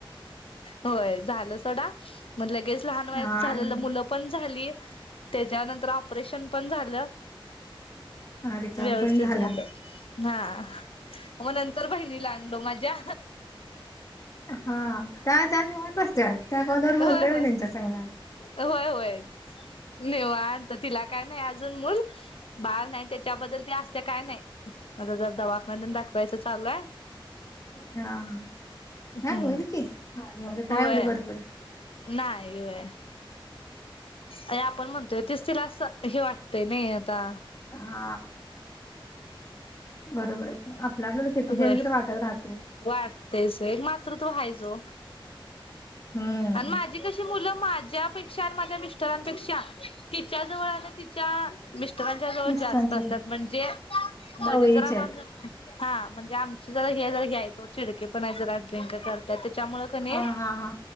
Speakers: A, on the left (about 85°); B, on the left (about 35°).
A: होय झालं सोडा म्हण लगेच लहान वया
B: हा
A: झालेलं मुलं पण झाली त्याच्यानंतर औपरेशन पण झालं.
B: रिकाम
A: व्यवस्थित
B: पण झाला
A: झालं. हा मग नंतर बहिणीला आणलो माझ्या
B: हा त्या च निवांत असत्यात म्या कॉलवर बोलतय
A: होय होय
B: मी त्यांच्या सग
A: होय होय निवांत तिला काय नाही अजून मूल बाळ नाही त्याच्या त्याबद्दल त असते काय नाही माझ जर दवाखून दाखवायच चालूय.
B: हा
A: हम्म
B: नाही होईल की काय
A: होय.
B: एव्हडी गडबड
A: नाही ये आहे. अ आपण म्हणतोय तस तला असं हे वाटतय नाही आता
B: हा बरोबर आपल्या आपलं किती केलं
A: होय.
B: तररी वाटत राहते.
A: वाटतेच एक मातृत्व हायच ओ
B: हम्म
A: आणि माझी कशी मुलं माझ्यापेक्षा आणि माझ्या मिस्टरांपेक्षा तिच्या जवळ आणि तिच्या मिस्टरांच्या जवळ
B: मिस्टरांचे
A: जास्त असतात म्हणजे मध
B: चवळीचे
A: जरा मा
B: आहेत.
A: हा म्हणजे आमचे जरा हे जर घ्यायचो चिडके पण आहे जरा करत त्याच्यामुळे क
B: हा हा हा